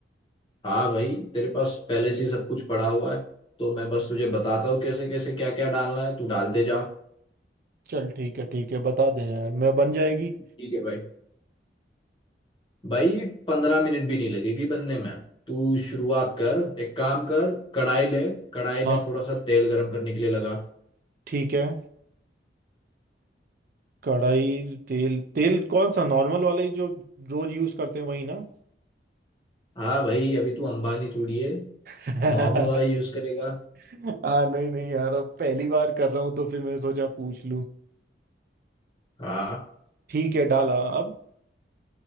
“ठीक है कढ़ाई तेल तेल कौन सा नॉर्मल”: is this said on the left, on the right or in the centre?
Right